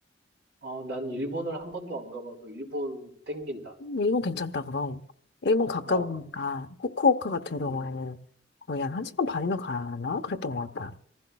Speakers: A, on the right; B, on the left.
A: 어, 난 일본을 한 번도 안 가봐서 일본 땡긴다.
B: 음, 일본 괜찮다 그럼. 일본 가까우니까
A: 어,
B: 후쿠오카 같은 경우에는
A: 음,
B: 거의 한 1시간 반이면 가야 하나? 그랬던 것 같아.